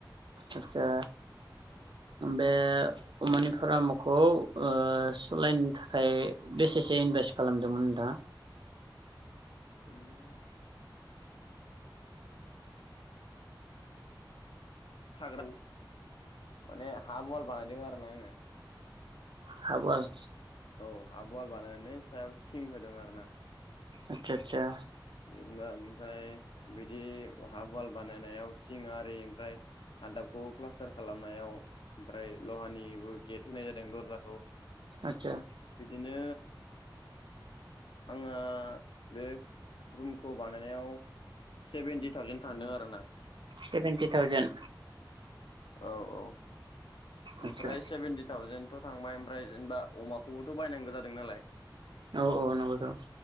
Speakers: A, on the right (about 75°); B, on the left (about 85°).
A: आदसा
B: औ
A: बे अमानि फार्मखौ ओ सलायनो थाखाय बेसेसो इनभेस्ट खालामदोंमोन नोंथाङा।
B: उम मा थाग्रा माने हाब अवाल बानायदों आरो ना आङो।
A: हाब अवाल।
B: औ हाबवाल बानायनायनै सायाव थिं होदों आरो ना।
A: आतसा आतसा।
B: जेनेबा ओमफ्राय बिदि हाब अवाल बानायनायाव थिं आरि ओमफ्राय हादाबखौ प्लास्टार खालामनायाव ओमफ्राय लहानिबो गेट होनाय जादों दरजाखौ।
A: आतसा।
B: दिनो आङो बे। रुमखौ बानायनायाव सेभेेनटि थावजेन थांदों आरो ना।
A: Seventy thousand.
B: औ औ।
A: आदसा
B: ओमफ्राय सेभेेनटि थावजेेन थ' थांबाय ओमफ्राय जेनबा अमाखौबोथ' बायनांगो जादों नालाय।
A: औ औ नंगौथर।